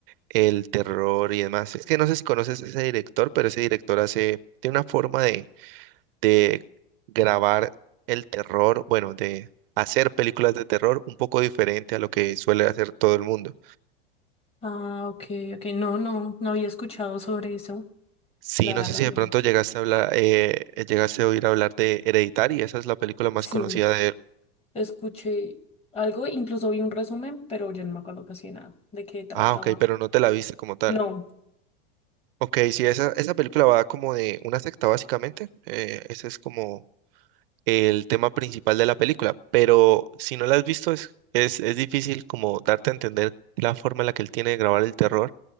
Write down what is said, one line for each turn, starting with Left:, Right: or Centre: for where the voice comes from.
Right: el terror y demás. Es que no sé si conoces a ese director, pero ese director hace, tiene una forma de, de grabar el terror, bueno, de hacer películas de terror un poco diferente a lo que suele hacer todo el mundo.
Left: Ah, ok, ok. No, no, no había escuchado sobre eso.
Right: Sí,
Left: La
Right: no
Left: verdad,
Right: sé si de
Left: no.
Right: pronto llegaste a hablar, eh, eh, llegaste a oír hablar de Hereditary, esa es la película más
Left: Sí,
Right: conocida de él.
Left: escuché algo, incluso vi un resumen, pero yo no me acuerdo casi nada de qué trataba.
Right: Ah, ok, pero no te la viste como tal.
Left: No.
Right: Ok, sí, esa, esa película va como de una secta básicamente, eh, ese es como el tema principal de la película, pero si no la has visto es, es, es difícil como darte a entender la forma en la que él tiene de grabar el terror,